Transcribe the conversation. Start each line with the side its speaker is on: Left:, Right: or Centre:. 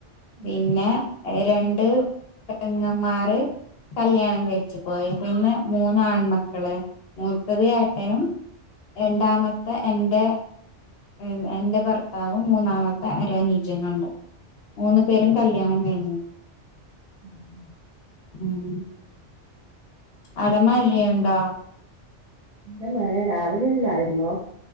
Right: ഉം
Left: പിന്നെ ഏഹ് രണ്ട് പെങ്ങമ്മാര് കല്ല്യാണം കഴിച്ചു പോയി. പിന്നെ മൂന്ന് ആൺമക്കള്. മൂത്തത് ഏട്ടനും രണ്ടാമത്തെ എന്റെ ഏഹ് എന്റെ ഭർത്താവും മൂന്നാമത്തെ ഒരനുജനോണ്. മൂന്ന് പേരും കല്യാണം കഴിഞ്ഞു.
Right: <unintelligible>
Left: ഉം <unintelligible> ആടെ മഴയൊണ്ടോ?
Right: ഇവിടെ മഴ രാവിലെല്ലായിരുന്നു.